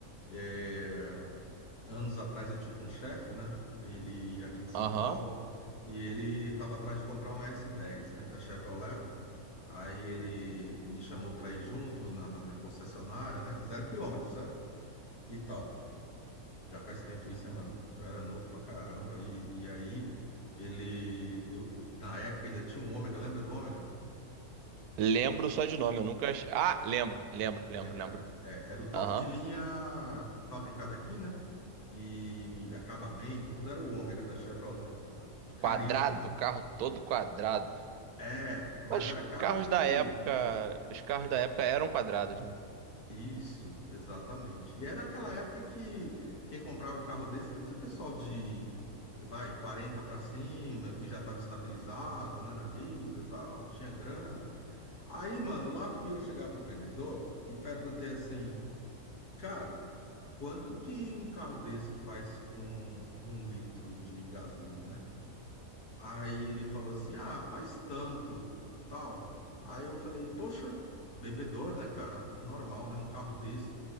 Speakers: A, on the left; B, on the right.
A: é, anos atrás eu tive um chefe, né? Ele aqui de São
B: Aham.
A: Paulo, e ele estava atrás de comprar um S10, né? Da Chevrolet. Aí ele me chamou para ir junto na, na, na concessionária, né? Zero quilômetro, certo? E tal. Já faz tempo isso, hein, mano? Eu era novo pra caramba. E, e aí ele. Eu, na época ainda tinha um Ômega, lembra do Ômega?
B: Lembro só de nome, eu nunca. ach- Ah, lembro, lembro, lembro,
A: Lembra,
B: lembro.
A: né? É, era o top
B: Aham.
A: de linha fabricado aqui, né? E acabamento, tudo era o Ômega da Chevrolet. Caríssimo.
B: Quadrado, carro todo quadrado.
A: É, mas
B: Os
A: era carro
B: carros
A: de.
B: da época, os carros da época eram quadrados, né?
A: Isso, exatamente. E era aquela época que quem comprava um carro desse era aquele pessoal de, vai, 40 para cima, que já estava estabilizado, né, na vida, e tal, tinha grana. Aí, mano, lá fui eu chegar pro vendedor e perguntei assim, cara, quanto que um carro desse faz com um litro de gasolina, né? Aí ele falou assim: ah, faz tanto, tal. Aí eu falei: poxa, bebedor, né, cara? Normal, né? Um carro desse.